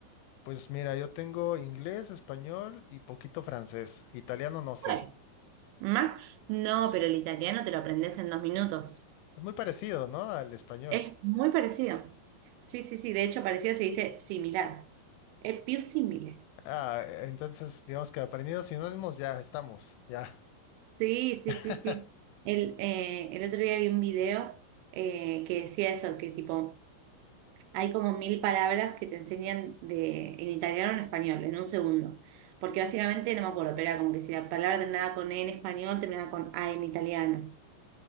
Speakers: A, on the left (about 85°); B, on the right (about 85°).
A: Pues mira, yo tengo inglés, español y poquito francés. Italiano no sé.
B: Bueno, ¿Más? No, pero el italiano te lo aprendes en dos minutos.
A: Es muy parecido, ¿no? Al español.
B: Es muy parecido. Sí, sí, sí. De hecho, parecido se dice similar. es più simile.
A: Ah, e, entonces digamos que aprendido sinónimos ya estamos, ya.
B: Sí, sí,
A: <laughs>
B: sí, sí. El, eh, el otro día vi un video eh, que decía eso, que tipo, hay como mil palabras que te enseñan de, en italiano o en español, en un segundo. Porque básicamente, no me acuerdo, pero era como que si la palabra terminaba con E en español, terminaba con A en italiano.